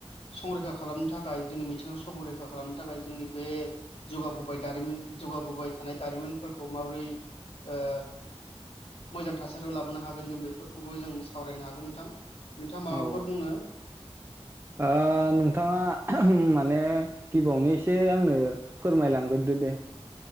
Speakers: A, on the left; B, on the right.
A: संरैखा खालामनो थाखाय जोंनि मिथिंगाखौ संरैखा खालामनो थाखाय जोंनि बे जुगाबोबाय दारिमिन जौगाबोबाय थानाय दारिमिनफोरखौ माबोरै ओ मोजां थासारियाव लाबोनो हागोन जों बेफोरखौबो जों सावरायनो हागोन नोंथां। नोंथाङा माबाफोर
B: औ
A: बुंनो
B: ओ नोंथाङा माने गिबियावनो एसे आंनो फोरमायलांग्रोदो दे।